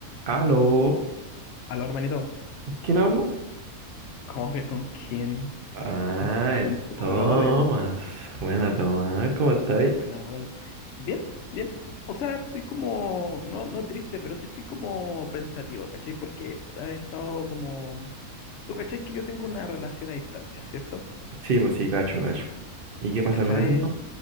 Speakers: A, on the right; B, on the left.
A: Aló.
B: Aló, hermanito,
A: ¿Quién habló?
B: ¿cómo que con quién?
A: Ah,
B: ¿Con,
A: el
B: con tu
A: Tomás.
B: brother?
A: Buena, Tomás. ¿Cómo estáis?
B: Buena, brother. Bien, bien. O sea, estoy como, no, no triste, pero sí estoy como pensativo, ¿cachai? Porque he estado como... Tú, ¿cachai? Que yo tengo una relación a distancia, ¿cierto?
A: Sí, pues sí, gacho, gacho. ¿Y qué
B: ¿Cachai?
A: pasa con eso, man?